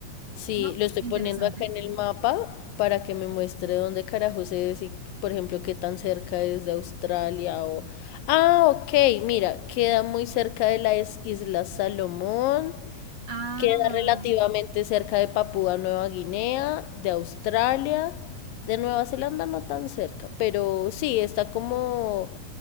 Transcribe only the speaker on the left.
Sí,
lo estoy
poniendo acá en el mapa para que me muestre dónde carajos es y, por ejemplo, qué tan cerca es de Australia o... Ah, ok, mira, queda muy cerca de las Islas Salomón,
Queda relativamente cerca de Papúa Nueva Guinea, de Australia, de Nueva Zelanda no tan cerca, pero sí, está como,